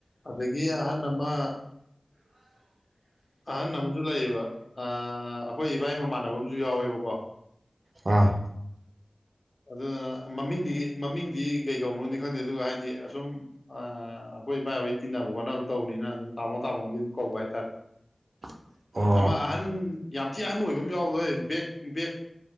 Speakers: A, on the left (about 45°); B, on the right (about 75°).
A: ꯑꯗꯒꯤ ꯑꯍꯟ ꯑꯃ ꯑꯍꯟ ꯑꯃꯁꯨ ꯂꯩꯌꯦꯕ ꯑ ꯑꯩꯈꯣꯏ ꯏꯕꯥꯏ ꯃꯃꯥꯟꯅꯕ ꯑꯃꯁꯨ ꯌꯥꯎꯋꯦꯕꯀꯣ
B: ꯑꯥ
A: ꯑꯗꯨꯅ ꯃꯃꯤꯡꯗꯤ ꯃꯃꯤꯡꯗꯤ ꯀꯩ ꯀꯧꯅꯣꯗꯤ ꯈꯪꯗꯦ ꯑꯗꯨꯒ ꯍꯥꯏꯗꯤ ꯑꯁꯨꯝ ꯑ ꯑꯩꯈꯣꯏ ꯏꯕꯥꯏ ꯍꯣꯏ ꯇꯤꯟꯅꯕ ꯈꯣꯠꯅꯕ ꯇꯧꯕꯅꯤꯅ ꯑꯗꯨꯝ ꯇꯥꯃꯣ ꯇꯥꯃꯣꯕꯨꯗꯤ ꯑꯗꯨꯝ ꯀꯧꯕ ꯍꯥꯏꯇꯔꯦ
B: <inaudible> ꯑꯣ
A: ꯑꯃ ꯑꯍꯟ ꯌꯥꯝ ꯊꯤ ꯑꯍꯟ ꯑꯣꯏꯕ ꯑꯃ ꯌꯥꯎꯕꯗꯣ ꯍꯣꯏ ꯕꯦꯛ ꯕꯦꯛ